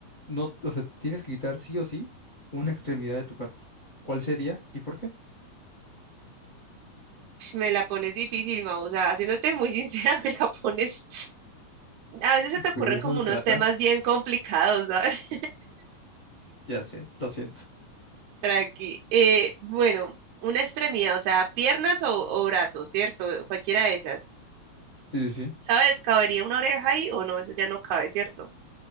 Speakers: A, on the left (about 80°); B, on the right (about 80°).
A: no, o sea, tienes que quitar sí o sí una extremidad de tu cuerpo. ¿Cuál sería y por qué?
B: Me la pones difícil, Mau. O sea, haciéndote muy sincera, <laughs> me la pones. A veces se te ocurren
A: Pues De eso
B: como
A: se
B: unos
A: trata,
B: temas bien complicados, ¿sabes?
A: ya sé, lo siento.
B: <laughs> Tranqui. Eh, bueno, una extremidad, o sea, piernas o, o brazos, ¿cierto? Cualquiera de esas.
A: Sí, sí, sí.
B: ¿Sabes? ¿Cabería una oreja ahí o no? Eso ya no cabe, ¿cierto?